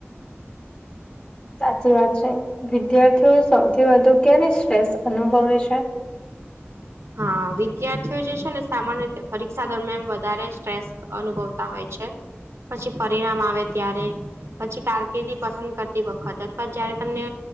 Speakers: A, on the left; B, on the right.
A: સાચી વાત છે. વિદ્યાર્થીઓ સૌથી વધુ ક્યારે સ્ટ્રેસ અનુભવે છે?
B: હા વિદ્યાર્થીઓ જે છે ને સામાન્ય રીતે પરીક્ષા દરમિયાન વધારે સ્ટ્રેસ અનુભવતા હોય છે પછી પરિણામ આવે ત્યારે પછી કારકિર્દી પસંદ કરતી વખત અથવા જયારે તમને